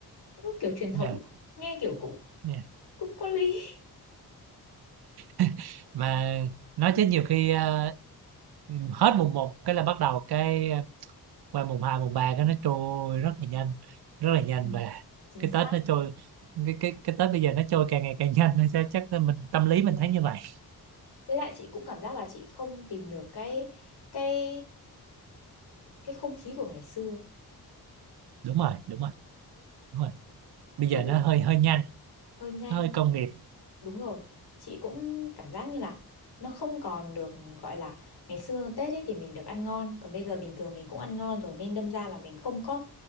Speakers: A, on the left; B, on the right.
A: Nó kiểu truyền thống
B: nha
A: nghe kiểu cũng
B: nha
A: cũng có lý
B: <laughs> mà nói chứ nhiều khi ờ, hết mùng một cái là bắt đầu cái ờ, qua mùng 2, mùng 3 cái nó trôi rất là nhanh rất là nhanh
A: Ừ,
B: và
A: chính
B: cái
A: xác
B: Tết nó trôi cái cái cái Tết bây giờ nó trôi càng ngày càng nhanh hay sao chắc là mình tâm lý mình thấy như vậy
A: với lại chị cũng cảm giác là chị không tìm được cái cái cái không khí của ngày xưa
B: đúng rồi đúng rồi đúng rồi bây
A: kiểu
B: giờ nó
A: cái
B: hơi hơi nhanh
A: hơi nhanh
B: nó hơi công nghiệp
A: đúng rồi chị cũng cảm giác như là nó không còn được gọi là ngày xưa Tết ấy thì mình được ăn ngon còn bây giờ bình thường mình cũng ăn ngon rồi nên đâm ra là mình không có